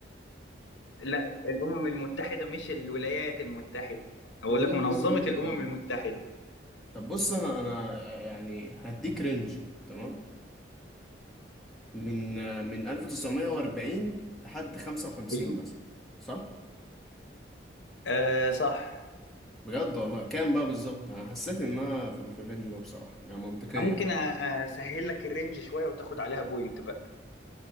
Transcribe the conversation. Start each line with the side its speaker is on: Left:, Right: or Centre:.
Left: لا الأمم المتحدة مش الولايات المتحدة أقول
Centre: أمم.
Left: لك منظمة الأمم المتحدة
Centre: طب بص أنا أنا آه، يعني هديك رينج تمام من من 1940 لحد 55
Left: ايوه
Centre: مثلا صح؟
Left: آه صح
Centre: بجد والله كام بقى بالظبط انا حسيت ان انا في في الرينج ده بصراحة يعني منطقية
Left: ممكن
Centre: فاهم
Left: أ- أسهل لك الرينج شوية وتاخد عليها بوينت بقى